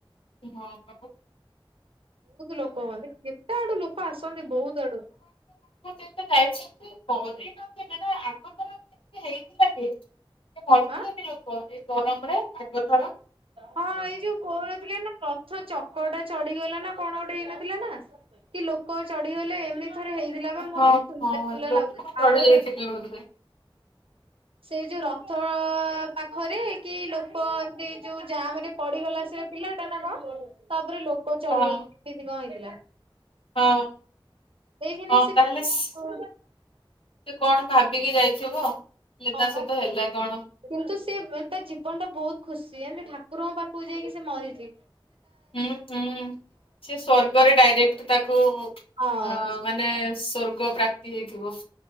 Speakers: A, on the left; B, on the right.
A: ହଁ।
B: ବହୁତ ଲୋକ ହୁଅନ୍ତି କେତେ ଆଡୁ ଲୋକ ଆସନ୍ତି ବହୁତ ଆଡୁ।
A: ଯେତ ଯାଇଛନ୍ତି କରିନ ନା ଆଗ ତର କେ ହେଇଥିଲା କି ଏ ମରିଥିଲେ
B: ଆଁ
A: କି ଲୋକ ଏ ଗରମରେ ଆଗ ଥର।
B: ହଁ ଏଇ ଯୋଉ କହୁନଥିଲେ ନା ରଥ ଚକ ଟା ଚଢିଗଲା ନା କଣ ଗୋଟେ ହେଇନଥିଲା ନା। କି ଲୋକ ଚଢିଗଲେ ଏମିତି ଥରେ ହେଇ ଥିଲାପା ମୁଁ
A: ହଁ
B: ଶୁଣିଲା
A: ହଁ
B: ଶୁଣିଲା
A: ଲୋକ
B: ଲାଗୁଚି
A: ଚଢି
B: ଆର
A: ଯାଇଥିଲେ
B: ଥରିକା।
A: ବୋଧେ।
B: ସେ ଯୋଉ ରଥ ପାଖରେ କି ଲୋକ ଏମ୍ତି ଯୋଉ ଜାମ ରେ ପଡିଗଲା ସେ ପିଲାଟା ନା କଅଁ ତାଉପରେ ଲୋକ ଚଢିଗ
A: ହଁ
B: ଏନ୍ତି କଅଁ ହେଇଥିଲା।
A: ହଁ
B: ଦେଇକିନି
A: ହଁ
B: ସେ
A: ତାହଲେ ସେ
B: ହଁ
A: କଣ ବା ବିକି ଯାଇଥିବ ହେଲେ
B: ପା
A: ତା ସହିତ ହେଲା କଣ।
B: କିନ୍ତୁ ସେ ତା ଜୀବନ ଟା ବହୁତ ଖୁସି ହେଲେ ସେ ଠାକୁରଙ୍କ ପାଖକୁ ଯାଇକି ସେ ମରିଚି।
A: ଉଁ ହୁଁ ସିଏ ସ୍ଵର୍ଗରେ ଡାଇରେକ୍ଟ ତାକୁ ଅ
B: ହଁ।
A: ମାନ୍ ମାନେ ସ୍ଵର୍ଗ ପ୍ରାପ୍ତି ହେଇଥିବ।